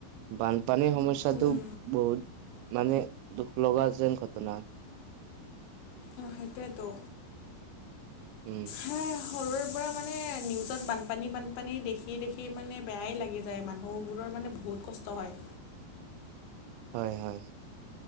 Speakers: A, on the right; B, on the left.
A: বানপানীৰ সমস্যাটো
B: উম
A: বহুত মানে, দুখ লগা যেন ঘটনা।
B: অ', সেইটোৱেটো।
A: উম।
B: হ সৰুৰে পৰা মানে নিউজত বানপানী বানপানী দেখি দেখি মানে বেয়াই লাগি যায়, মানুহবোৰৰ মানে বহুত কষ্ট হয়।
A: হয়, হয়।